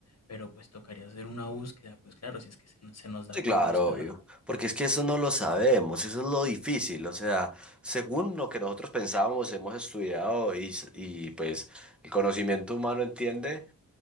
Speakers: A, on the left (about 50°); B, in the centre.
A: pero pues tocaría hacer una búsqueda, pues claro, si es que se nos da
B: Sí,
A: por
B: claro,
A: buscar
B: obvio. Porque es que eso no lo sabemos, eso es lo difícil. O sea, según lo que nosotros pensábamos, hemos estudiado y, s- y pues el conocimiento humano entiende,